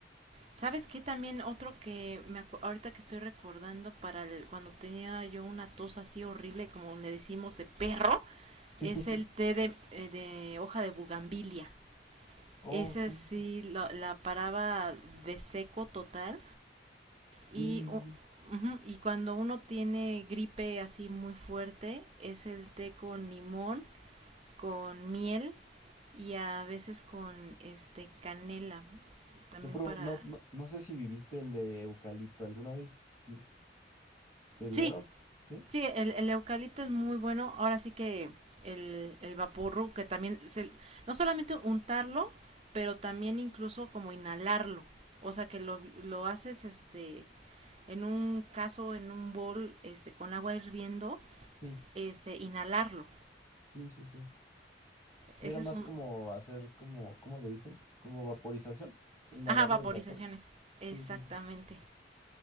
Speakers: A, on the right; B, on the left.
A: ¿Sabes qué? También otro que me acu- ahorita que estoy recordando para el- cuando tenía yo una tos así horrible, como le decimos de perro,
B: <laughs>
A: es el té de, eh, de hoja de bugambilia.
B: Oh,
A: Esa
B: sí,
A: sí la, la paraba de seco total.
B: sí,
A: Y,
B: sí,
A: u-
B: sí.
A: ujú, y cuando uno tiene gripe así muy fuerte, es el té con limón, con miel y a veces con este canela. También
B: No, proba-
A: para...
B: no, no, no sé si viviste el de eucalipto. ¿Alguna vez l- te dieron?
A: Sí,
B: ¿Sí?
A: sí, el, el eucalipto es muy bueno. Ahora sí que el, el vaporru, que también... se- no solamente untarlo, pero también incluso como inhalarlo. O sea que lo, lo haces este en un caso, en un bol, este, con agua hirviendo,
B: Sí,
A: este, inhalarlo.
B: sí, sí, sí. Sí,
A: Ese
B: era más
A: es un,
B: como hacer como, ¿cómo le dicen? Como vaporización. Inhalar
A: ajá, vaporizaciones,
B: los vapores.
A: exactamente.
B: Sí, sí, sí.